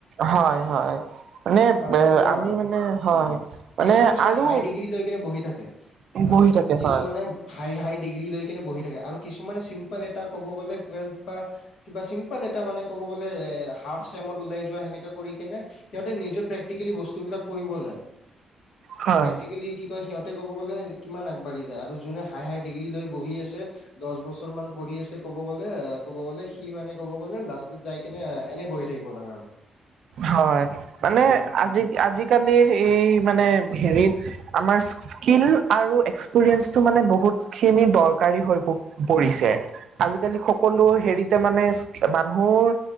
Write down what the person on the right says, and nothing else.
হয় হয় মানে
বে
আমি
মানে হয়
মানে
আৰু
বহি থাকে
হয়
হয়
হয় মানে
আজি আজিকালিৰ এই মানে হেৰিত আমাৰ- স্কিল আৰু এক্সপিৰিয়েঞ্চটো মানে বহুত খিনি দৰকাৰী হৈ প পৰিছে আজিকালি সক- কলোৰ হেৰিতে মানে মানুহৰ